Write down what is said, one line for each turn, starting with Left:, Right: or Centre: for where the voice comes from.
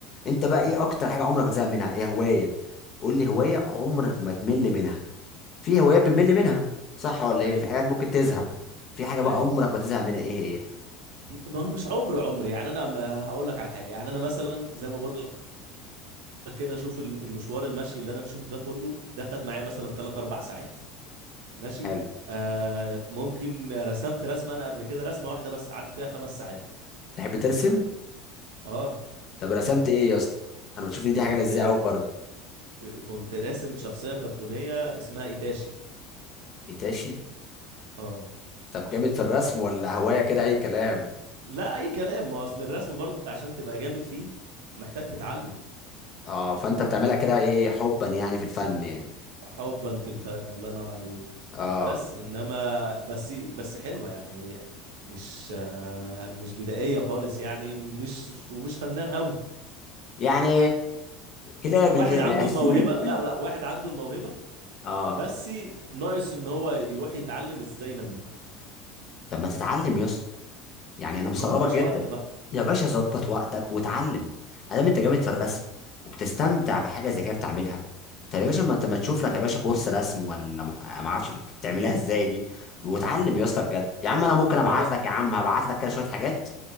Left: أنت بقى
Right: امم
Left: إيه أكتر حاجة عمرك ما تزهق منها إيه هواية قول لي هواية عمرك ما تمل منها في هوايات بنمل منها صح ولا
Right: ايوه
Left: إيه في حاجات ممكن تزهق
Right: ايوه
Left: في حاجة بقى
Right: ايوه
Left: عمرك ما تزهق منها إيه هي
Right: م- ما هو مش عمري عمري يعني انا ما هقول لك على حاجه يعني انا مثلا زي ما بقول لك كده شوف الم- المشوار المشي اللي انا مشيته ده كله ده خد معايا مثلا 3 4 ساعات ماشي
Left: حلو
Right: آه ممكن رسمت رسمة أنا قبل كده رسمة واحدة بس قعدت فيها خمس ساعات
Left: تحب ترسم
Right: اه
Left: طب رسمت إيه يا اسطى أنا بشوف إن دي
Right: كنت
Left: حاجة لذيذة أوي برضه
Right: كنت راسم شخصية كرتونية اسمها إيتاشي
Left: إيتاشي
Right: اه
Left: طب جامد في الرسم ولا هواية كده أي كلام
Right: لا أي كلام ما أصل الرسم برضو أنت عشان تبقى جامد فيه محتاج تتعلم
Left: اه فانت بتعملها كده ايه حبا يعني في الفن يعني
Right: حبا في الفن الله ينور عليك
Left: اه
Right: بس إنما بس بس حلوة يعني مش آه مش بدائية خالص يعني ومش ومش فنان قوي
Left: يعني كلابي
Right: واحد
Left: كده
Right: عنده
Left: يعني
Right: الموهبة
Left: <laughs>
Right: لا لا واحد عنده الموهبة
Left: اه
Right: بس ناقص ان هو يروح يتعلم ازاي ينميها
Left: طب ما تتعلم يا اسطى يعني انا مستغربك
Right: ما هو ما فيش
Left: جدا
Right: وقت بقى
Left: يا باشا ظبط وقتك واتعلم ادام انت جامد في الرسم وبتستمتع بحاجه زي كده بتعملها طب يا باشا ما ت- ما تشوف لك يا باشا كورس رسم ولا مح... ما اعرفش بت- بتعملها ازاي دي واتعلم يا اسطى بجد يا عم انا ممكن
Right: ما
Left: ابعت
Right: انا
Left: لك يا عم هبعت لك كده شويه حاجات